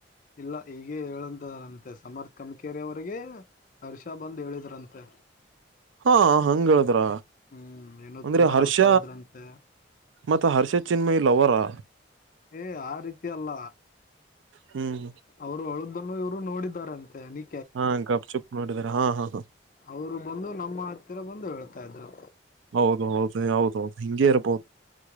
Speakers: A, on the left (about 45°); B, on the right (about 80°).
A: ಇಲ್ಲ ಈಗೆ ಹೇಳಂದರಂತೆ ಸಮರ್ಥ ಕಮ್ ಕೇರಿ ಅವರಿಗೆ. ಹರ್ಷ ಬಂದ್ ಹೇಳಿದ್ರಂತೆ.
B: ಹಾ ಹಂಗ್ ಹೇಳಿದ್ರ
A: ಹ್ಮ್ ಏನೋ
B: ಅಂದ್ರೆ
A: ತುಂಬಾ
B: ಹರ್ಷ.
A: ಅಳ್ತಾ ಇದ್ರಂತೆ
B: ಮತ್ತೆ ಹರ್ಷ ಚಿನ್ಮಯಿ ಲವ್ವರಾ.
A: ಏ ಆ ರೀತಿ ಅಲ್ಲ.
B: ಹ್ಮ್
A: ಅವರು ಅವ್ಳ್ ಬಂದಾಗ ಇವರು ನೋಡಿದಾರಾಂತೆ ನಿ.
B: ಹಾ ಗಪ್ ಚುಪ್ ನೋಡಿದಿದ್ದಾರೆ ಹಾ ಹಾ ಹ.
A: ಅವ್ರು ಬಂದು ನಮ್ಮ ಹತ್ತಿರ ಬಂದು ಹೇಳ್ತಾ ಇದ್ರು.
B: ಹೌದ ಹೌದು ಹೌದೌದು ಹಿಂಗೆ ಇರ್ಬೋದು.